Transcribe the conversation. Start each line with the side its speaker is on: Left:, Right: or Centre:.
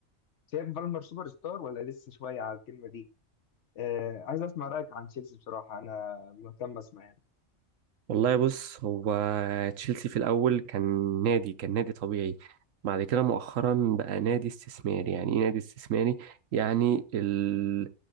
Left: شايف بالمر سوبر ستار ولا لسه شويه على الكلمه دي آه... عايز اسمع رايك عن تشيلسي بصراحه انا مهتم اسمع يعني
Right: والله بص هو تشيلسي في الأول كان نادي كان نادي طبيعي بعد كده مؤخرا بقى نادي استثماري يعني إيه نادي استثماري؟ يعني ال...